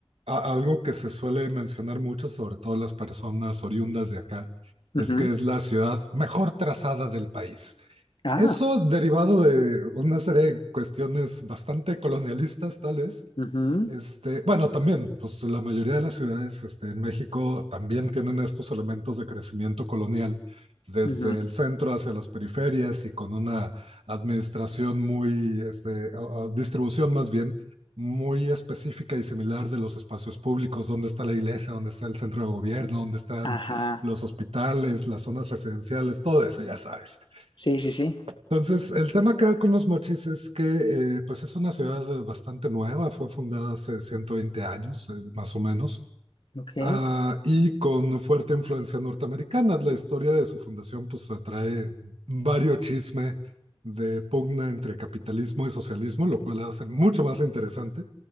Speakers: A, on the right (about 75°); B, on the left (about 55°).
A: a- algo que se suele mencionar mucho, sobre todo las personas oriundas de acá,
B: Ujú.
A: es que es la ciudad mejor trazada del país.
B: Ah,
A: Eso derivado de una serie de cuestiones bastante colonialistas, tal vez,
B: ujú,
A: este, bueno, también, pues la mayoría de las ciudades este, en México también tienen estos elementos de crecimiento colonial, desde
B: ujú.
A: el centro hacia las periferias y con una administración muy, este, o- o distribución más bien, muy específica y similar de los espacios públicos, dónde está la iglesia, dónde está el centro de gobierno, dónde están
B: Ajá.
A: los hospitales, las zonas residenciales, todo eso, ya sabes.
B: Sí, sí, sí.
A: Entonces, el tema acá con los mochis es que eh, pues es una ciudad bastante nueva, fue fundada hace 120 años, eh, más o menos,
B: Ok.
A: ah, y con fuerte influencia norteamericana. La historia de su fundación pues atrae varios chisme de pugna entre capitalismo y socialismo, lo cual la hace mucho más interesante.